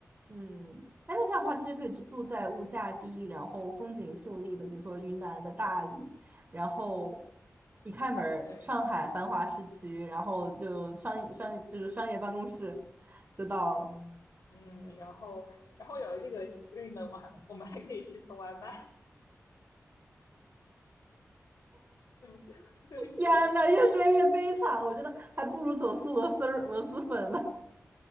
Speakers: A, on the right; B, on the left.
A: 嗯，哎，那这样的话，其实可以住在物价低，然后风景秀丽的，比如说云南的大理，然后
B: 嗯
A: 一开门儿，
B: 对，
A: 上海繁华市区，然后就商商就是商业办公室就到了。
B: 嗯嗯，然后然后有了这个运能，我还我们还可以去送外卖。对不 <laughs> 对不起，
A: 天呐，
B: 我
A: 越说越悲惨了，我觉得还不如走私螺丝儿螺蛳粉呢。